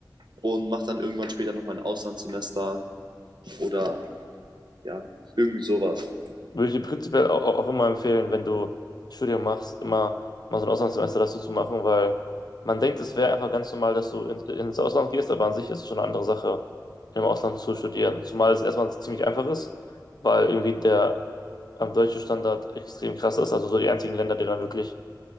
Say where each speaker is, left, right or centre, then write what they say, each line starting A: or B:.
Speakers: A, on the right; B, on the left.
A: und mache dann irgendwann später noch mein Auslandssemester oder ja, irgendwie sowas.
B: Würde ich dir prinzipiell auch, auch immer empfehlen, wenn du ein Studium machst, immer mal so ein Auslandssemester dazu zu machen, weil man denkt, es wäre einfach ganz normal, dass du in, ins Ausland gehst, aber an sich ist es schon eine andere Sache, im Ausland zu studieren. Zumal es erstmal ziemlich einfach ist, weil irgendwie der ähm, deutsche Standard extrem krass ist. Also so die einzigen Länder, die dann wirklich